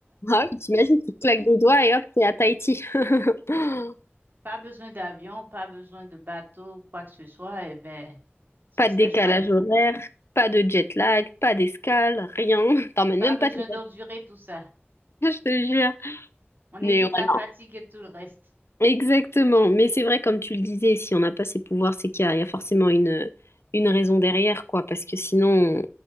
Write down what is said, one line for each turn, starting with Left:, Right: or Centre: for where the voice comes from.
Left: Ah oui, t'imagines, tu claques des doigts et hop, t'es à Tahiti. <laughs>
Right: pas besoin d'avion, pas besoin de bateau, quoi que ce soit, eh ben, ce
Left: Pas
Right: serait
Left: de décalage
Right: chouette.
Left: horaire, pas de jet lag, pas d'escale, rien. <laughs> T'emmènes
Right: Pas
Left: même
Right: besoin
Left: pas tes
Right: d'endurer tout ça.
Left: bagages, <laughs> je te jure.
Right: On
Left: Mais
Right: évite
Left: ouais,
Right: la
Left: non.
Right: fatigue et tout le reste.
Left: Exactement. Mais c'est vrai, comme tu le disais, si on n'a pas ces pouvoirs, c'est qu'il y a, il y a forcément une, une raison derrière, quoi. Parce que sinon,